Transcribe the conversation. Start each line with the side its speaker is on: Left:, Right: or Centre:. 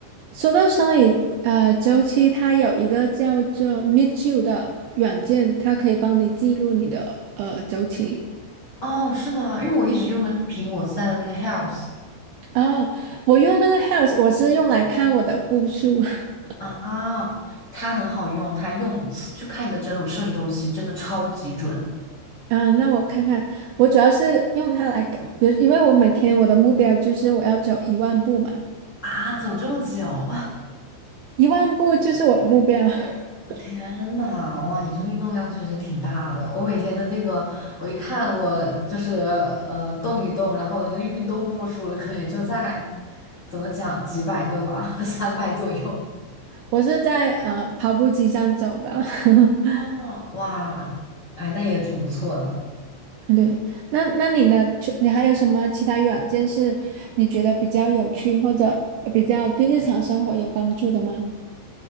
Right: 说到生理呃周期，它有一个叫做 Meet You 的软件，它可以帮你记录你的呃周期。
Left: 哦，是吗？因为我一直用的是苹果自带的那个 Health
Right: 哦，我用那个 Health，我是用来看我的步数。<laughs>
Left: 啊，它很好用，它用就看你的整周生理周期，真的超级准
Right: 嗯，那我看看，我主要是用它来给，比如，因为我每天我的目标就是我要走一万步嘛，
Left: 啊！走这么久，
Right: 一万步就是我的目标。<laughs>
Left: <laughs> 天呐，哇，你这个运动量确实挺大的。我每天的那个，我一看我就是呃动一动，然后我的那个运动步数可能也就在怎么讲几百个吧，<laughs> 三百左右。
Right: 我是在呃跑步机上走的。<laughs>
Left: 哦，哇，哎，那也挺不错的。
Right: 对，那那你呢？除你还有什么其他软件是你觉得比较有趣或者比较对日常生活有帮助的吗？